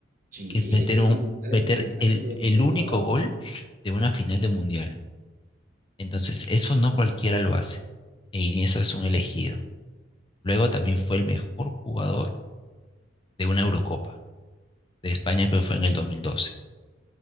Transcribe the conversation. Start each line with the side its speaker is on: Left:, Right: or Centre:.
Right: Sí,
Left: que es meter
Right: es que
Left: un,
Right: el mundial
Left: meter
Right: es el pináculo
Left: el,
Right: de
Left: el
Right: cualquier
Left: único
Right: jugador.
Left: gol de una final de Mundial. Entonces, eso no cualquiera lo hace. E Iniesta es un elegido. Luego también fue el mejor jugador de una Eurocopa de España que fue en el 2012.